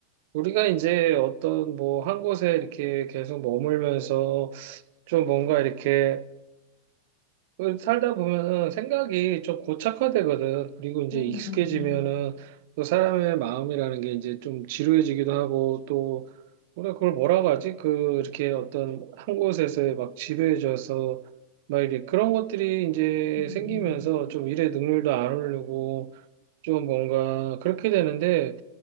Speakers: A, on the right (about 50°); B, on the left (about 50°).
A: 우리가 이제 어떤 뭐 한 곳에 이렇게 계속 머물면서 좀 뭔가 이렇게 그 살다 보면은 생각이 좀 고착화되거든. 그리고 이제
B: 음,
A: 익숙해지면은
B: 음.
A: 또 사람의 마음이라는 게 이제 좀 지루해지기도 하고 또 우리가 그걸 뭐라고 하지? 그 이렇게 어떤 한 곳에서 막 지루해져서 막 이렇게 그런 것들이 이제
B: 음,
A: 생기면서
B: 음.
A: 좀 일의 능률도 안 오르고 좀 뭔가 그렇게 되는데